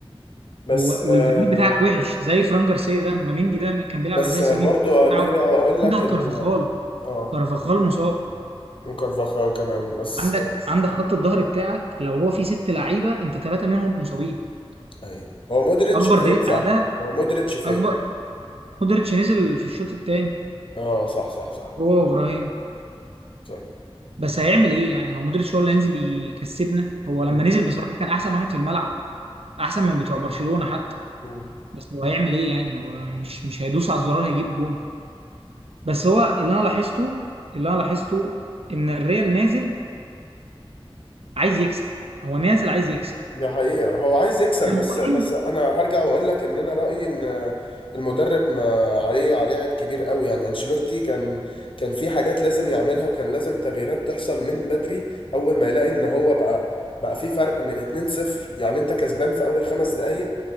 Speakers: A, on the left (about 60°); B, on the right (about 80°).
A: بس
B: هو والبديل
A: آه
B: بتاعك وحش زي فران جارسيا ده ما مندي ده كان بيلعب
A: بس
B: اساسي
A: آه برضو
B: مين البديل بتاعه
A: نرجع واقول لك
B: عندك
A: ال
B: كارفاخال
A: اه
B: كارفاخال مصاب
A: وكارفاخال كمان بس
B: عندك
A: آه
B: عندك خط الظهر بتاعك لو هو فيه ست لعيبه انت ثلاثه منهم مصابين
A: ايوه هو مودريتش
B: اكبر
A: فين
B: دليل
A: صح
B: على ده
A: هو مودريتش فين
B: اكبر مودريتش نزل في الشوط الثاني
A: اه صح صح صح
B: هو وابراهيم
A: صح
B: بس هيعمل ايه يعني هو مودريتش هو اللي هينزل يكسبنا هو لما
A: مم.
B: نزل بصراحه كان احسن واحد في الملعب احسن من بتوع برشلونه حتى
A: مم.
B: بس هو هيعمل ايه يعني هو مش مش هيدوس على الزرار هيجيب جون بس هو اللي انا لاحظته اللي انا لاحظته ان الريال نازل عايز يكسب هو نازل عايز يكسب
A: دي حقيقة هو عايز يكسب
B: جاب
A: بس
B: جونين
A: بس انا هرجع واقول لك ان انا رأيي ان المدرب ما عليه عليه عيب كبير قوي يعني انشيلوتي كان كان في حاجات لازم يعملها وكان لازم تغييرات تحصل من بدري اول ما يلاقي ان هو بقى بقى في فرق من 2-0 يعني انت كسبان في اول خمس دقايق